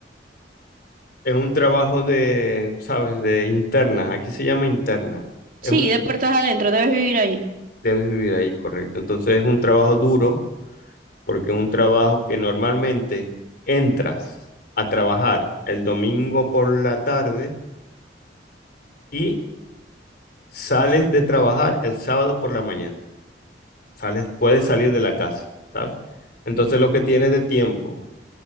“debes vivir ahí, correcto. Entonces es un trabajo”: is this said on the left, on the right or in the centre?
Left